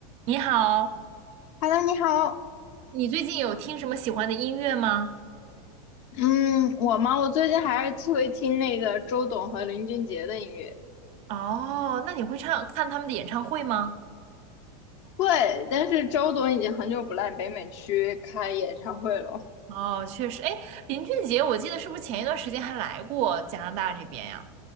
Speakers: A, on the right; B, on the left.
A: 你好，
B: Hello，你好。
A: 你最近有听什么喜欢的音乐吗？
B: 嗯，我吗？我最近还是会听那个周董和林俊杰的音乐，
A: 哦，那你会唱，看他们的演唱会吗？
B: 会。但是周董已经很久不来北美区开演唱会了。
A: 哦，确实，哎，林俊杰，我记得是不是前一段时间还来过加拿大这边呀？